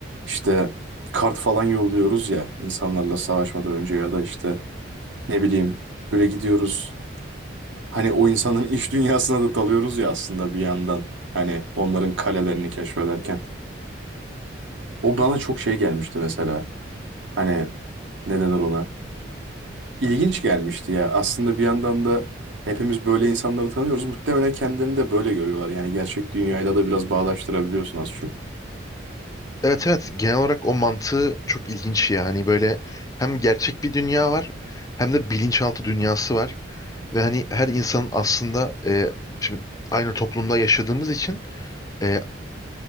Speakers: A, on the right (about 70°); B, on the left (about 20°).
A: işte kart falan yolluyoruz ya insanlarla savaşmadan önce ya da işte ne bileyim böyle gidiyoruz. Hani o insanın <laughs> iç dünyasına da dalıyoruz ya aslında bir yandan. Hani onların kalelerini keşfederken. O bana çok şey gelmişti mesela. Hani ne denir ona? İlginç gelmişti ya. Aslında bir yandan da hepimiz böyle insanları tanıyoruz. Muhtemelen kendilerini de böyle görüyorlar. Yani gerçek dünyayla da biraz bağdaştırabiliyorsun az çok.
B: Evet evet genel olarak o mantığı çok ilginç yani böyle hem gerçek bir dünya var hem de bilinçaltı dünyası var ve hani her insanın aslında e, şimdi aynı toplumda yaşadığımız için e,